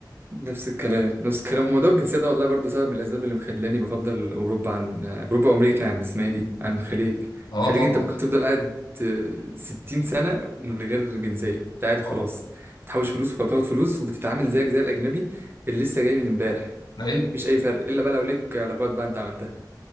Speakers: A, on the right; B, on the left.
A: نفس الكلام نفس الكلام وموضوع الجنسية ده والله برضو سبب من الأسباب اللي مخلاني بفضل أوروبا عن أوروبا وأمريكا عن اسمها إيه دي عن الخليج
B: أه
A: الخليج
B: طبعا
A: أنت ممكن تفضل قاعد ستين سنة من غير جنسية أنت قاعد وخلاص
B: طبعا
A: بتحوش فلوس وخلاص بتاخد فلوس وبتتعامل زيك زي الأجنبي اللي لسه جاي من امبارح
B: أيوه
A: مفيش أي فرق إلا بقى لو ليك علاقات بقى أنت عملتها